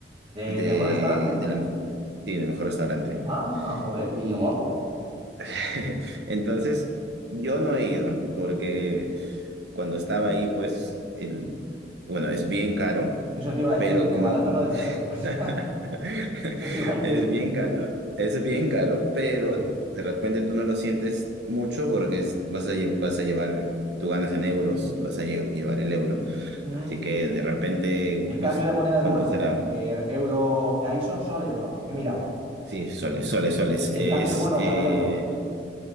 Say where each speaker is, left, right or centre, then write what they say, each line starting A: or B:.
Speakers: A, on the right; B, on the right.
A: ¿De
B: de,
A: mejor restaurante?
B: de la mejor, sí, de mejor restaurante.
A: Ah, joder,
B: Y
A: qué guapo.
B: <laughs> entonces yo no he ido porque cuando estaba ahí, pues, el, bueno, es bien caro,
A: Eso te iba a
B: pero
A: decir, que
B: como
A: barato no debe ser.
B: <laughs>
A: <laughs> Eso te iba a decir.
B: Es bien caro, es bien caro, pero
A: Sí.
B: de repente tú no lo sientes mucho porque es- vas a, lle- vas a llevar, tú ganas en euros y vas a lle- llevar el euro.
A: Mm.
B: Así que de repente,
A: ¿El
B: pues,
A: cambio
B: cu-
A: de moneda es
B: ¿cuánto
A: bueno?
B: será?
A: Eh, euro, ahí son soles, ¿no? He mirado.
B: Sí, soles, soles, soles.
A: ¿Y, y
B: Es,
A: el cambio es bueno
B: eh,
A: para el euro?